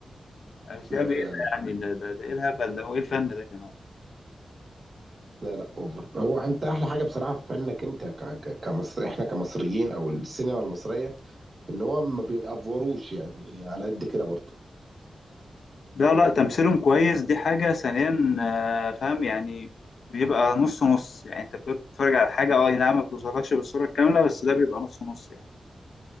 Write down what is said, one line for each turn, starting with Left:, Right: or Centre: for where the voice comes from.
Left: أنا مش فاهم
Right: لا
Left: إيه
Right: لا
Left: ده يعني ده ده ده إيه الهبل ده وإيه الفن ده كمان
Right: لا لا اوفر هو انت احلى حاجه بصراحه في فنك انت ك... ك... كمصر احنا كمصريين او السينما المصريه ان هو ما بيأفوروش يعني على قد كده برضه
Left: لا لا تمثيلهم كويس دي حاجة ثانيا آه، فاهم يعني بيبقى نص نص يعني انت بتبقى بتتفرج على حاجة اه أي نعم ما بتوصلكش بالصورة الكاملة بس ده بيبقى نص نص يعني